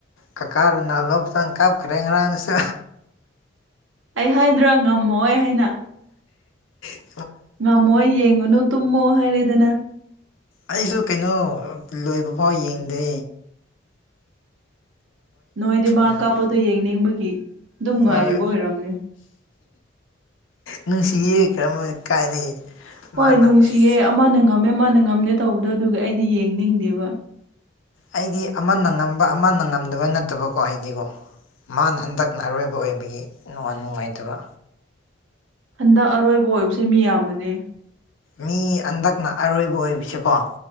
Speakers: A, on the left (about 85°); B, on the right (about 75°).
A: ꯀꯀꯥ ꯅꯥ <unintelligible> ꯀꯥꯞꯈ꯭ꯔꯦ ꯉꯔꯥꯡꯁꯨ
B: ꯑꯩ ꯍꯥꯏꯗ꯭ꯔꯥ ꯉꯝꯃꯣꯏ ꯍꯥꯏꯅ
A: ꯑꯦ
B: ꯉꯝꯃꯣꯏ ꯌꯦꯡꯉꯨꯅꯨ ꯇꯨꯝꯃꯣ ꯍꯥꯏꯔꯦꯗꯅ
A: ꯑꯩꯁꯨ ꯀꯩꯅꯣ ꯂꯣꯏꯕ ꯐꯥꯎ ꯌꯦꯡꯗꯦ
B: ꯅꯣꯏꯗꯤ ꯃꯥ
A: ꯎꯝ
B: ꯀꯥꯞꯄꯗꯣ ꯌꯦꯡꯅꯤꯡꯕꯒꯤ ꯑꯗꯨꯝ ꯉꯥꯏꯔꯤꯕ
A: ꯍꯣꯏ
B: ꯑꯣꯏꯔꯝꯅꯦ
A: ꯅꯨꯡꯁꯤꯌꯦ ꯀꯔꯝꯕ ꯀꯥꯏꯗꯒꯤ
B: ꯍꯣꯏ
A: ꯃꯥꯅ
B: ꯅꯨꯡꯁꯤꯌꯦ
A: ꯑꯁ
B: ꯑꯃꯅ ꯉꯝꯃꯦ ꯑꯃꯅ ꯉꯝꯗꯦ ꯇꯧꯕꯗꯣ ꯑꯗꯨꯒ ꯑꯩꯗꯤ ꯌꯦꯡꯅꯤꯡꯗꯦꯕ
A: ꯑꯩꯗꯤ ꯑꯃꯅ ꯉꯝꯕ ꯑꯃꯅ ꯉꯝꯗꯕ ꯅꯠꯇꯕꯀꯣ ꯑꯩꯗꯤꯀꯣ ꯃꯥꯅ ꯍꯟꯗꯛꯅ ꯑꯔꯣꯏꯕ ꯑꯣꯏꯕꯒꯤ ꯅꯨꯡꯉ ꯅꯨꯡꯉꯥꯏꯇꯕ
B: ꯍꯟꯗꯛ ꯑꯔꯣꯏꯕ ꯑꯣꯏꯕꯁꯦ ꯃꯤꯌꯥꯝꯕꯅꯦ
A: ꯃꯤ ꯍꯟꯗꯛꯅ ꯑꯔꯣꯏꯕ ꯑꯣꯏꯁꯀꯣ